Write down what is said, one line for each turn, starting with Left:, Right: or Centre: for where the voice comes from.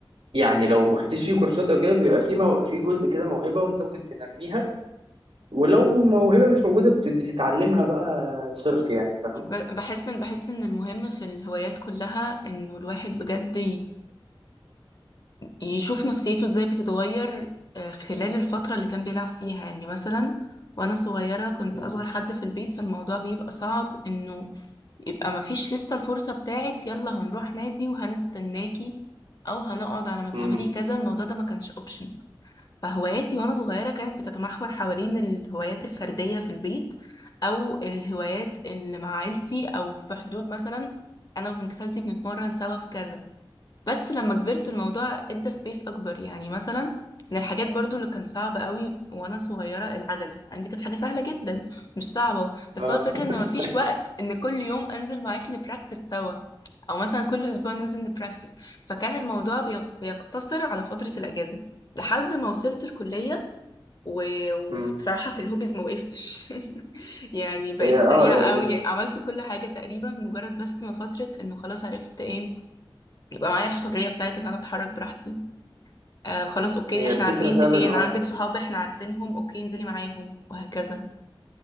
Right: يعني لو ما خدتيش فيه كورسات او كده بيبقى فيه مو... في جزء كده موهبه وانت ممكن تنميها ولو موهبه مش موجوده بت... بتتعلمها بقى صرف يعني فاهمه
Left: ب- بحس ان بحس ان المهم في الهوايات كلها انه الواحد بجد يشوف نفسيته ازاي بتتغير آه، خلال الفترة اللي كان بيلعب فيها يعني مثلا وانا صغيرة كنت
Right: امم
Left: اصغر حد في البيت فالموضوع بيبقى صعب انه يبقى مفيش لسه الفرصة بتاعت يلا هنروح نادي وهنستناكي او هنقعد على ما تعملي
Right: امم
Left: كذا الموضوع ده ما كانش اوبشن فهواياتي وانا صغيرة كانت بتتمحور حوالين الهوايات الفردية في البيت او الهوايات اللي مع عيلتي او في حدود مثلا انا وبنت خالتي بنتمرن سوا في كذا بس لما كبرت الموضوع ادى سبيس اكبر يعني مثلا من الحاجات برضو اللي كان صعب قوي وانا صغيره العجل عندي كانت حاجه سهله جدا مش صعبه بس
Right: اه
Left: هو الفكره
Right: <laughs>
Left: ان مفيش وقت ان كل يوم انزل معاكي نبراكتس سوا او مثلا كل اسبوع ننزل نبراكتس فكان الموضوع بيق- بيقتصر على فتره الاجازه لحد ما وصلت الكليه و- وبصراحه
Right: امم
Left: في الهوبيز ما وقفتش <laughs> يعني بقيت
Right: هي اه
Left: سريعه
Right: يعني
Left: قوي عملت كل حاجه تقريبا مجرد بس ما فتره انه خلاص عرفت ايه يبقى معايا الحرية بتاعت ان انا اتحرك براحتي آه خلاص اوكي
Right: هي
Left: احنا
Right: الفكره
Left: عارفين
Right: فعلا
Left: انت فين
Right: اه
Left: عندك صحاب احنا عارفينهم اوكي انزلي معاهم وهكذا